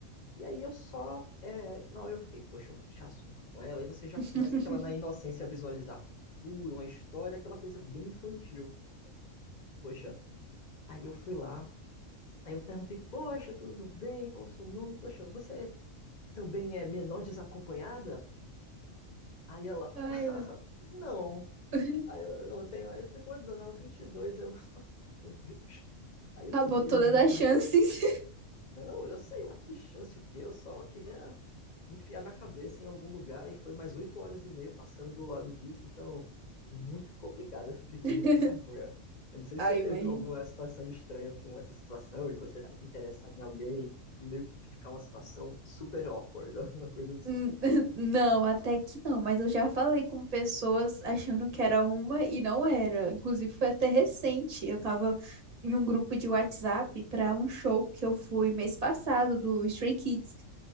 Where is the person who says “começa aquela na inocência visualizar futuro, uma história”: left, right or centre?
Left